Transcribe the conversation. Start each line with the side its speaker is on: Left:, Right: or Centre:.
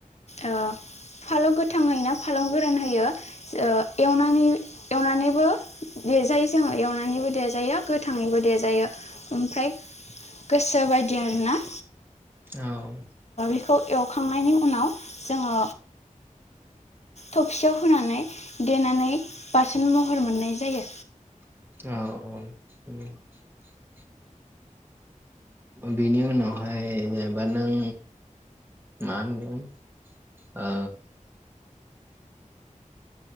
Left: ओ फालौ गोथां होयोना फालौ गोरान होयो ओ एवनानै एवनानैबो दे जायो जोंङो एवनानैबो देजायो जायो गो थाङैबो देजायो ओमफ्राय गोसो बाय <unintelligible>
Right: औ
Left: बेखौ एवखांनायनि उनाव जोंङो थफसियाव होनानै देनानै बाथोन महर मोननाय जायो
Right: औ औ बेनि उनावहाय जेनेबा नों मा होनगोन ओ